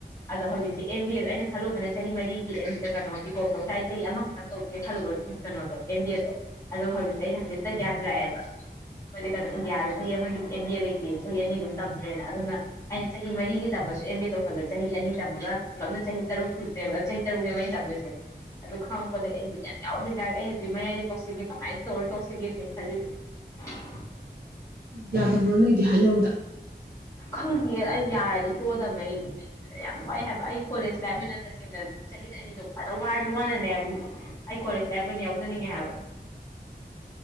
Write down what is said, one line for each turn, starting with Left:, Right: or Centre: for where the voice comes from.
Left: ꯑꯗꯣ ꯍꯧꯖꯤꯛꯁꯦ ꯑꯦꯝ ꯕꯤ ꯑꯦꯗꯣ ꯑꯩꯅ ꯈꯜꯂꯨꯕꯅ ꯆꯍꯤ ꯃꯔꯤꯒꯤ ꯀꯩꯅꯣꯒꯤ ꯀꯣꯝ ꯇꯧ ꯇꯥꯏ ꯆꯍꯤ ꯑꯃꯈꯛ ꯈꯜꯂꯨꯕ ꯀꯩꯅꯣꯗꯣ ꯀꯦꯟꯗꯤ ꯑꯗꯣ ꯑꯗꯨꯒꯣ ꯍꯧꯖꯤꯛꯁꯦ ꯑꯩꯅ ꯍꯧꯖꯤꯛꯇ ꯒ꯭ꯌꯥꯟ ꯂꯥꯛꯑꯦꯕ ꯃꯣꯏꯗꯤ ꯀꯩꯅꯣ ꯏꯟꯗꯤꯌꯥꯗ ꯆꯍꯤ ꯑꯃꯒꯤ ꯑꯦꯝ ꯕꯤ ꯑꯦ ꯂꯩꯇꯦ ꯆꯍꯤ ꯑꯅꯤ ꯑꯗꯨꯝ ꯇꯝꯗ꯭ꯔꯦꯅ ꯑꯗꯨꯅ ꯑꯩꯅ ꯆꯍꯤ ꯃꯔꯤꯒꯤ ꯇꯃꯁꯨ ꯑꯦꯝ ꯑꯦ ꯇꯧꯈꯜꯂꯦ ꯆꯍꯤ ꯑꯅꯤ ꯇꯝꯃꯒ ꯂꯂꯞꯅ ꯆꯍꯤ ꯇꯔꯨꯛ ꯁꯨꯅꯦꯕ ꯇꯔꯨꯅꯦꯩꯅ ꯇꯝꯗꯣꯏꯁꯦ ꯑꯗꯨ ꯈꯪ ꯗ ꯑꯩ ꯗꯤꯌꯥ ꯌꯥꯎꯗꯔꯤꯖꯥꯔ ꯑꯩ ꯍꯧꯛ ꯃꯌꯥꯏꯗ ꯇꯣꯛꯁꯤꯒꯦ ꯀꯃꯥꯏꯅ ꯇꯧꯔ ꯇꯣꯛꯁꯤꯒꯦꯅ ꯈꯜꯂꯤꯕꯣ <unintelligible>
Right: ꯌꯥꯗꯕ꯭ꯔꯣ ꯅ‌ꯣꯏꯗꯦ ꯍꯥꯏꯅꯕꯗ
Left: ꯈꯪꯗꯌꯦ ꯑꯩ ꯌꯥꯔꯗꯤꯩ ꯄꯣꯗꯕꯅꯦ ꯑꯩ ꯌꯥꯝ ꯋꯥꯏ ꯍꯥꯏꯕ ꯑꯩ ꯀꯣꯂꯦꯖ ꯂꯥꯏꯞ ꯑꯣꯏꯅ ꯇꯁꯦꯡꯅ ꯆꯍꯤꯠ ꯑꯅꯤꯗꯣ ꯐꯖ ꯋꯥꯔꯁꯨ ꯋꯥꯅꯅꯦ ꯑꯩ ꯀꯣꯂꯦꯖꯇ ꯑꯩꯕꯣꯏꯅ ꯌꯥꯎꯖꯅꯤꯡꯉꯦ ꯍꯥꯏꯕ